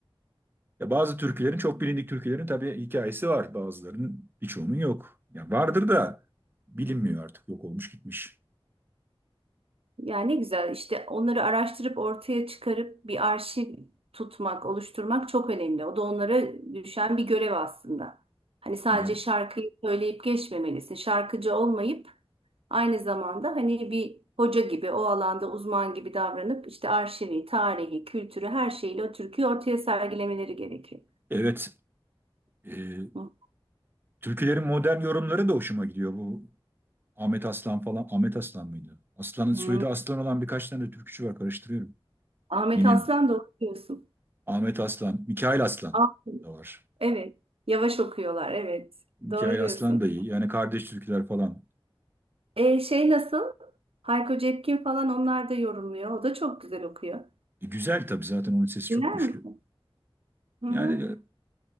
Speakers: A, on the right; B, on the right.
A: ya bazı türkülerin çok bilindik türkülerin tabii hikayesi var. Bazılarının birçoğunun yok. Ya vardır da bilinmiyor artık yok olmuş gitmiş.
B: Ya ne güzel işte onları araştırıp ortaya çıkarıp bir arşiv tutmak, oluşturmak çok önemli. O da onlara düşen bir görev aslında. Hani sadece
A: E,
B: şarkıyı söyleyip geçmemelisin. Şarkıcı olmayıp aynı zamanda hani bir hoca gibi, o alanda uzman gibi davranıp işte arşivi, tarihi, kültürü her şeyle o türküyü ortaya sergilemeleri gerekiyor.
A: Evet, e,
B: Hı.
A: türkülerin modern yorumları da hoşuma gidiyor bu Ahmet Aslan falan. Ahmet Aslan mıydı? Aslan'ın
B: Hmm.
A: soyadı Aslan olan birkaç tane de türkücü var karıştırıyorum.
B: Ahmet
A: Yine
B: Aslan da okuyorsun.
A: Ahmet Aslan, Mikail Aslan
B: Ah,
A: da var.
B: evet. Yavaş okuyorlar. Evet.
A: Mikail
B: Doğru diyorsun.
A: Aslan da iyi. Yani kardeş türküler falan.
B: E, şey nasıl? Hayko Cepkin falan onlar da yorumluyor. O da çok güzel okuyor.
A: E, güzel tabii zaten onun sesi çok
B: Dinler
A: güçlü.
B: misin? Hı hı.
A: Yani e,